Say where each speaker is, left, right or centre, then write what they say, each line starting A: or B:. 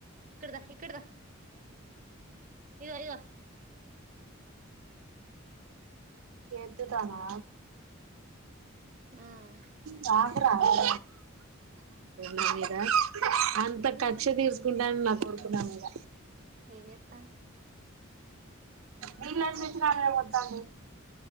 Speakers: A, on the right (about 35°); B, on the right (about 75°).
A: ఇక్కడదా ఇక్కడదా ఇగో ఇగ
B: ఏత్తుతానా
A: ఉమ్
B: తాగారా నా మీద అంత కక్ష తీసుకుంటాని నా కొడుకు నా మీద
A: ఏం చెస్తాం?
B: వీళ్ల నుంచి నా మీదకి వత్తాంది.